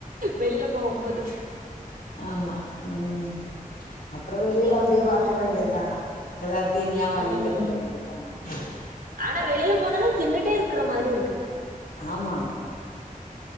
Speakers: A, on the right; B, on the left.
A: வெளில போகும்போது
B: ஆமா ம் அப்புறோ வெளில அப்டியே
A: போகும்போது
B: பாத்துக்க
A: ஆட்டோமேட்டிக்
B: வேண்டியத்தா எதாத் தீனியா வாங்கி
A: ம்
B: தின்னுக்க வேண்டியத்தா ம <unintelligible>
A: ஆனா வெளில போனாதா தின்னுட்டே இருக்குற மாரி இருக்கு
B: ஆமா